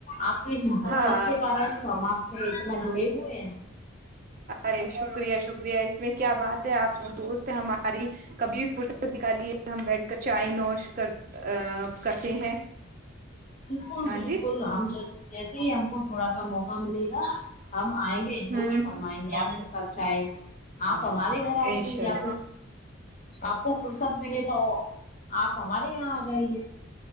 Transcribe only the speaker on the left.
آپ کی اس محبت
کے کارن ہی تو ہم آپ سے اتنا جڑے ہوئے ہیں
بالکل
بالکل
ہم جیسے ہی ہم کو تھوڑا سا موقع ملے گا ہم آئیں گے نوش
فرمائیں گے
آپ کے ساتھ چائے آپ
ہمارے گھر
آئیے
یا تو
آپ کو فرصت ملے تو آپ ہمارے یہاں آ جائیے